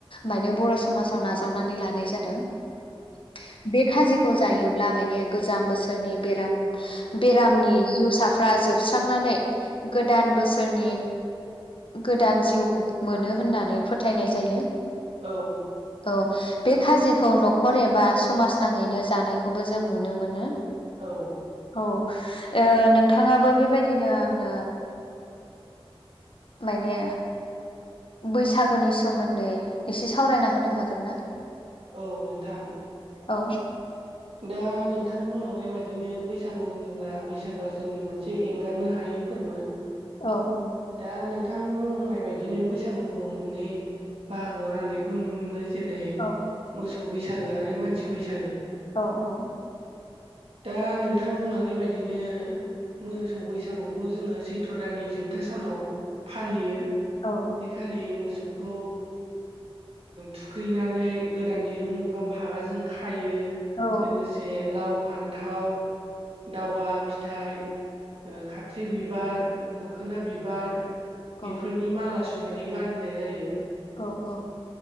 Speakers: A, on the left; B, on the right.
A: माने बर' समाजाव नाजावनानै लानाय जादों दों बे खाजिखौ जायोब्ला माने गोजाम बोसोरनि बेराम बेरामनि जिउसाफ्रा जोबस्रांनानै गोदान बोसोरनि गोदान जिउ मोनो होननानै फोथायनाय जायो
B: औ
A: औ बे खाजिखौ न'खरै एबा समाज नाङैनो जानायखौबो जों नुनो मोनो
B: औ।
A: औ ओ नों थाङाबो बेबायदिनो आंनो माने बैसागोनि सोमोन्दै एसे सावरायना होनो हागोन ना
B: औ नोंथां
A: औ
B: दा नोंथां बुंलांनाय बायदिनो बैसागु होनोब्ला बैसागुआ जोंनि मोनसे एंगारनो हायै फोरबो
A: औ औ
B: दा नोंथां बुं बुंनाय बायदिनो बैसागुखौ मोननै बाहागोआव राननायखौ नुनो मोनो जेरै मोसौ
A: औ
B: मोसौ बैसागो आरो मानसि बैसागो
A: औ औ
B: दा नोंथां बुंलांनाय बायदिनो मोसौ बैसागुखौ जोङो सैथ्र' दाननि जोब जोबथा सानाव फालियो
A: औ
B: बे खालि मोसौ खौ थुखैनानै गोदान दिरुं एबा फागाजों खायो।
A: औ
B: लोगोसे लाव फान्थाव दावा फिथाइ खाथ्रि बिबार मोखोना बिबार
A: औ
B: बेफोरनि माल ख्ला सुनानै गानहोनाय जायो
A: औ औ